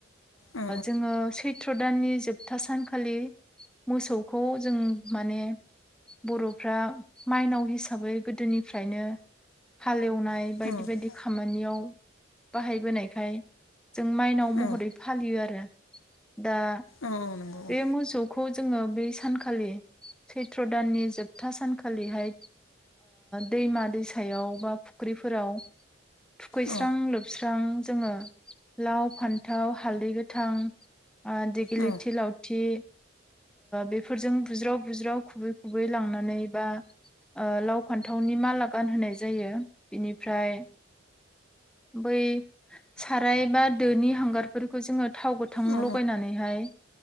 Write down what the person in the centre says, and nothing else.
जोंङो सैथ्र' दाननि जोबथा सानखालि मोसौखौ जों माने बर'फ्रा माइनाव हिसाबै गोदोनिफ्रायनो हालेवनाय
बायदि बायदि खामानियाव बाहायबोनाय ओमफ्राय जों माइनाव महरै
फालियो आरो दा
बे मोसौखौ जोंङो बै सानखालि सैत्र दाननि जोबथा सानखालिहाय दैमा दैसायाव बा फुख्रिफोराव थुखैस्रां
लोबस्रां जोङो लाव फान्थाव हालदै गोथां दिगिलिथि
लावथि बेफोरजों बुज्राव बुज्राव खुबै खुबै लांनानै बा लाव फान्थावनि माला गानहोनाय जायो बिनिफ्राय बै साराय बा दोनि हांगारफोरखौ जोंङो थाव गोथां
लगायनानैहाय